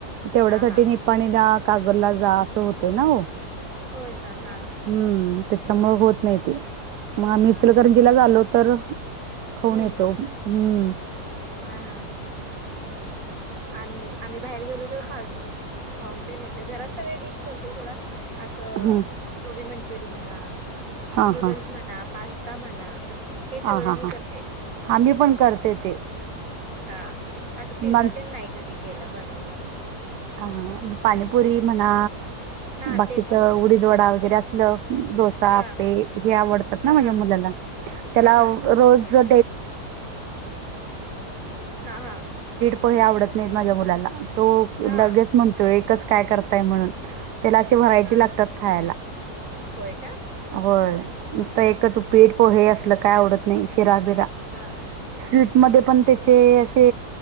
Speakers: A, on the right; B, on the right.
A: तेवढ्यासाठी
B: हा हा हा
A: निणी का जा अस ते ना हो
B: होय का हा हा
A: हम्म त्याच्या मग होत नाही ते मग आम् मिचलकरंजीला
B: हा हा
A: झा आलो तर खाऊन
B: हम्म
A: येतो हम्म
B: हा हा आम्ही नाही आम्ही बाहेर गेलो तर खाऊ खाऊन ते नेतोय घरात सगळ डिश करतोय थोडा असं
A: हम्म.
B: गोबी मंचुरीियन म्हणा
A: हा
B: नूडल्स
A: हा
B: म्हणा पास्ता म्हणा हे सगळं
A: हा हा
B: मी
A: हा
B: करते
A: हा
B: घरी
A: मी पण करते ते
B: हा असं पिझ्झा
A: मग
B: त्यां नाही कधी केला बनवला नाही.
A: हा पाणीिपुरी मना
B: हा
A: बाकीचं
B: ते पण
A: उडीदवडा वगैरे असलं डोसा
B: हा
A: आपे हे आवडतात
B: हा
A: ना माझ्या
B: हा
A: मुलाला त्याला
B: हा हा
A: रोज आ
B: हा हा
A: आ प हे आवडत नाही माझ्या मुलाला तो
B: हा
A: लगेच म्हणतोय एकच काय करताय म्हणून त्याला अशी व्हरायटी
B: हा
A: लागतात खायला
B: होय का हा
A: होय
B: हा
A: नुसत एक तू पीठ पो हे असलं काय आवडत नाही शिरा बिरा
B: हा
A: स्वीटमध्ये पण त्याचे असे